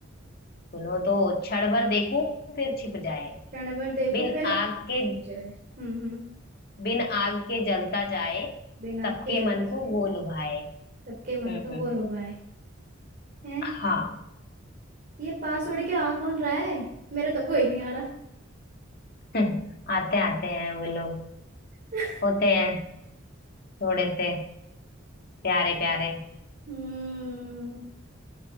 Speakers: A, on the left; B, on the right.
A: सुनो तो क्षण भर देखूं फिर छिप जाए
B: क्षण भर देखो
A: बिन
B: फिर छिप
A: आग के
B: जाए हम्म हम्म
A: बिन आग के जलता जाए
B: बिना
A: सबके
B: आग के जलता
A: मन को
B: जाए
A: वो लुभाए
B: सबके
A: हम्म
B: मन का
A: हम्म
B: वो लुभाए हैं
A: हाँ
B: ये पास
A: हम्म।
B: उड़ के आ कौन रहा है मेरे तो कोई नहीं आ रहा
A: <laughs> आते आते हैं वो लोग
B: <laughs>
A: होते हैं थोड़े से प्यारे प्यारे
B: हम्म